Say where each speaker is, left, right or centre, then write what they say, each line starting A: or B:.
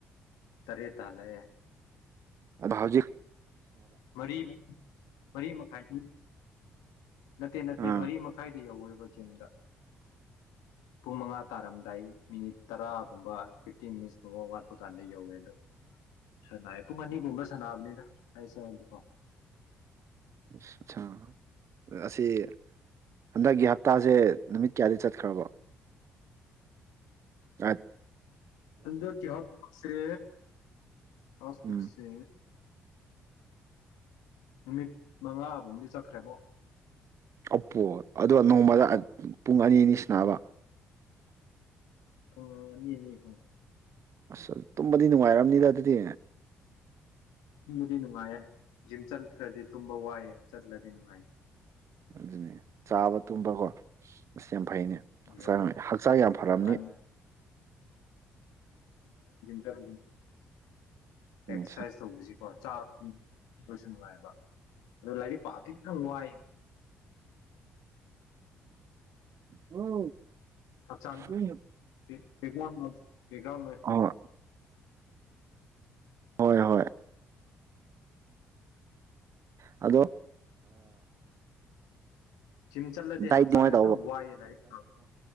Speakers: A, on the left; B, on the right.
A: ꯇꯔꯦꯠꯇ ꯍꯜꯂꯛꯑꯦ
B: ꯑꯗ ꯍꯥꯎꯖꯤ
A: ꯃꯔꯤ ꯃꯔꯤ ꯃꯈꯥꯏꯒꯤ ꯅꯠꯇꯦ ꯅꯠꯇꯦ
B: ꯑꯥ
A: ꯃꯔꯤ ꯃꯈꯥꯏꯗ ꯌꯧꯋꯦꯕ ꯗ ꯄꯨꯡ ꯃꯉꯥ ꯇꯥꯔꯝꯗꯥꯏ ꯃꯤꯅꯤꯠ ꯇꯔꯥꯒꯨꯝꯕ ꯐꯤꯞꯇꯤꯟ ꯃꯤꯅꯤꯁꯀꯨꯝꯕ ꯋꯥꯠꯄ ꯀꯥꯟꯗ ꯌꯧꯋꯦ ꯑꯗꯣ ꯁꯦꯅꯥꯏ ꯄꯨꯡ ꯑꯅꯤꯒꯨꯝꯕ ꯁꯥꯟꯅꯕꯅꯤꯅ <unintelligible>
B: ꯑꯁ ꯑꯁꯥ ꯁꯥ ꯑꯁꯤ ꯍꯟꯗꯛꯀꯤ ꯍꯞꯇꯥꯁꯦ ꯅꯨꯃꯤꯠ ꯀꯌꯥꯗꯤ ꯆꯠꯈ꯭ꯔꯕꫭ ꯑꯠ
A: ꯑꯟꯗ꯭ꯔꯀꯤ ꯗꯤꯔꯁꯠ ꯋꯤꯛꯁꯦ ꯗꯔꯤꯁ
B: ꯎꯝ
A: ꯋꯤꯀꯁ ꯅꯨꯃꯤꯠ ꯃꯉꯥꯕꯨꯝꯕꯗꯤ ꯆꯠꯈ꯭ꯔꯦꯕꯣ
B: ꯑꯞꯄꯣ ꯑꯗꯣ ꯅꯣꯡꯃꯗ ꯄꯨꯡ ꯑꯅꯤ ꯑꯅꯤꯁꯤꯅꯥꯕ
A: ꯄꯨꯪ ꯑꯅꯤ ꯑꯅꯤ ꯑꯍꯨꯝ
B: ꯑꯁ ꯇꯨꯝꯕꯗꯤ ꯅꯨꯡꯉꯥꯏꯔꯝꯅꯤꯗ ꯑꯗꯨꯗꯤ
A: ꯇꯨꯝꯕꯗꯤ ꯅꯨꯡꯉꯥꯏꯌꯦ ꯖꯤꯝ ꯆꯠꯇꯈꯥꯔꯗꯤ ꯇꯨꯝꯕ ꯋꯥꯏꯑꯦ ꯆꯠꯂꯗꯤ ꯅꯨꯡꯉꯥꯏ
B: ꯑꯗꯨꯅꯦ ꯆꯥꯕ ꯇꯨꯝꯗꯕ ꯑꯗꯨꯅꯤ꫰ ꯐꯩꯅꯦ
A: ꯎꯝ
B: ꯍꯛꯆꯥꯡ
A: ꯅꯨꯡꯉꯥꯏ
B: ꯍꯛꯆꯥꯡ ꯌꯥꯝ ꯐꯔꯝꯅꯤ
A: ꯆꯇꯂꯤ
B: ꯎꯝ
A: ꯑꯦꯛꯁꯔꯁꯥꯏꯖ ꯁꯤ ꯆꯥꯛ ꯎꯝ ꯍꯣꯏ ꯅꯨꯡꯉꯥꯏꯕ ꯑꯗꯣ ꯂꯥꯏꯔꯤꯛ ꯄꯥꯕꯗꯤ ꯈꯤꯇꯪ ꯋꯥꯏ
B: ꯎꯝ
A: ꯆꯒ꯭ꯔꯥ ꯎꯝ
B: ꯎꯝ
A: ꯕꯦꯛ ꯒ꯭ꯔꯥꯎ ꯟꯣꯏ
B: ꯍꯣꯏ ꯍꯣꯏ ꯍꯣꯏ ꯑꯗꯣ
A: ꯁꯨꯝ ꯆꯠꯂꯗꯤ
B: ꯗꯥꯏꯠꯇꯤ
A: ꯍꯛꯆꯥꯡꯗꯣ
B: ꯀꯃꯥꯏꯅ
A: ꯈꯤꯇꯪ ꯋꯥꯏꯑꯅ ꯏꯇꯥꯑꯣ